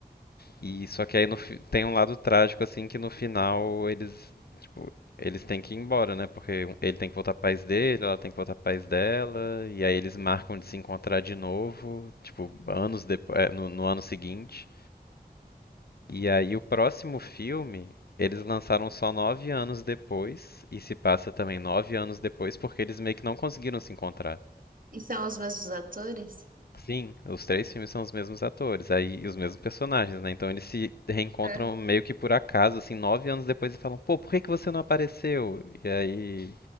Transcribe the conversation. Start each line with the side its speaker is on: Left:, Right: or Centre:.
Left: e só que aí no fi- tem um lado trágico assim que no final eles tipo, eles têm que ir embora, né? Porque um- ele tem que voltar pro país dele, ela tem que voltar pro país dela e aí eles marcam de se encontrar de novo, tipo anos depois, no, no ano seguinte. E aí o próximo filme eles lançaram só nove anos depois e se passa também nove anos depois porque eles meio que não conseguiram se encontrar.
Right: e são os mesmos atores?
Left: Sim, os três filmes são os mesmos atores, aí e os mesmos personagens, né? Então eles se reencontram
Right: É.
Left: meio que por acaso, assim, nove anos depois e falam, pô, por que que você não apareceu? E aí,